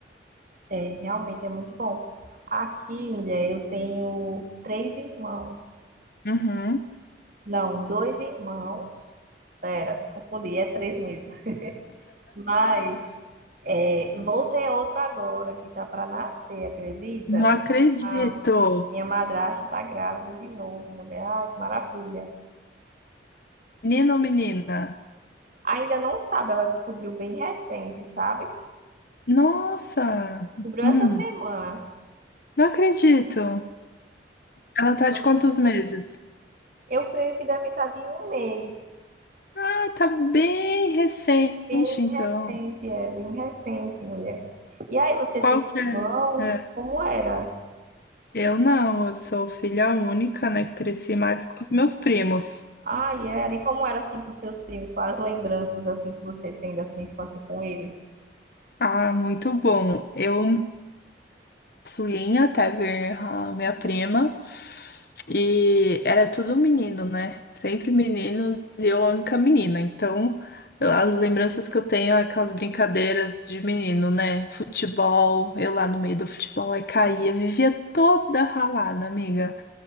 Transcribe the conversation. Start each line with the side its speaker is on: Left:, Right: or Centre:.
Right: É, realmente é muito bom. Aqui, mulher, eu tenho três irmãos.
Left: Uhum.
Right: Não, dois irmãos. Pera, confundi, é três mesmo. Mas é, vou ter outro agora, que tá para nascer, acredita?
Left: Não acredito.
Right: A minha madrasta tá grávida de novo, mulher. Ai, que maravilha.
Left: Menino ou menina?
Right: Ainda não sabe, ela descobriu bem recente, sabe?
Left: Nossa!
Right: Descobriu
Left: Hum,
Right: essa semana.
Left: não acredito. Ela tá
Right: Todo
Left: de quantos
Right: mundo-
Left: meses?
Right: Eu creio que deve estar de um mês.
Left: Ah, tá bem recente,
Right: Bem
Left: então.
Right: recente, é bem recente, mulher. E aí, você
Left: Qual
Right: tem
Left: que é?
Right: irmãos?
Left: É,
Right: Como era?
Left: Eu não, eu sou filha única, né? Cresci mais com os meus primos.
Right: Ai, era. E como era assim com seus primos? Quais as lembranças assim que você tem da sua infância com eles?
Left: Ah, muito bom. Eu Sulinha até ver a minha prima. E era tudo menino, né? Sempre meninos e eu a única menina. Então, as lembranças que eu tenho é aquelas brincadeiras de menino, né? Futebol, eu lá no meio do futebol, aí caía, vivia toda ralada, amiga.